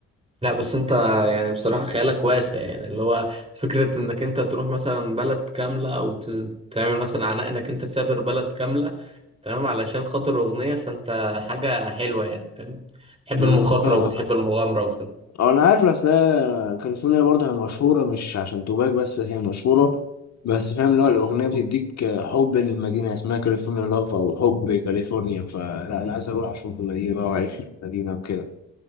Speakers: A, on the right; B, on the left.
A: لا بس انت يعني بصراحه خيالك واسع يعني اللي هو فكره انك انت تروح مثلا بلد كامله او ت- تعمل مثلا عناء انك انت تسافر بلد كامله تمام علشان خاطر أغنية فأنت حاجة حلوة يعني فاهم بتحب
B: أمم،
A: المخاطرة
B: فاهمك.
A: وبتحب المغامرة وكده
B: أه أنا عارف أصل هي كاليفورنيا برضه هي مشهورة مش عشان توباك بس هي مشهورة بس فاهم اللي هو
A: م-
B: الأغنية بتديك حب للمدينة اسمها كاليفورنيا لاف أو حب كاليفورنيا فلا أنا عايز أروح أشوف المدينة بقى وأعيش في المدينة وكده